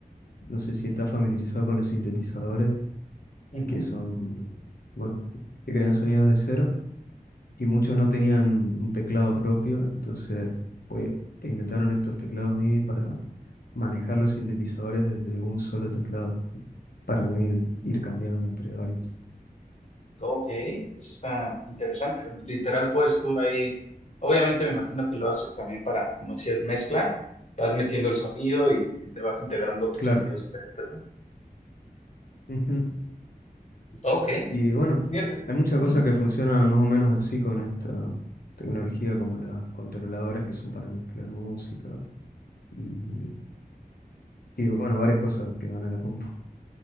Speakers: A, on the left (about 80°); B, on the left (about 45°).
A: no sé si estás familiarizado con los sintetizadores,
B: ujú.
A: que son, bueno, que crean sonidos de cero y muchos no tenían un teclado propio, entonces pues, inventaron estos teclados MIDI para manejar los sintetizadores desde un solo teclado, para no ir, ir cambiando entre varios.
B: Ok, eso está interesante. Literal, pues tú ahí, obviamente me imagino que lo haces también para, como si es mezcla, vas metiendo el sonido y le vas integrando otros
A: Claro.
B: sonidos diferentes, ¿no?
A: Ujú.
B: Ok,
A: Y bueno,
B: fíjate.
A: hay muchas
B: Ujú,
A: cosas que funcionan más o menos así con esta tecnología, como las controladoras que son para mezclar música y, y bueno, varias cosas que van a la compu.